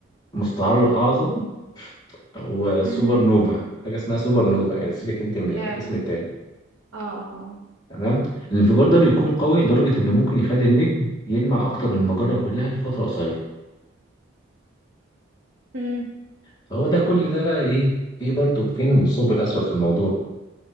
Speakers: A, on the left; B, on the right.
A: مستعر أعظم وسوبر
B: مهم.
A: نوفا حاجة اسمها سوبر نوفا يعني سيبك انت من
B: يا
A: الاسم التاني
B: اه اه
A: تمام الانفجار ده بيكون قوي لدرجة انه ممكن يخلي النجم يلمع اكتر من المجرة كلها لفترة قصيرة
B: اه
A: فهو ده كل ده بقى ايه ايه برضو فين الثقب الاسود في الموضوع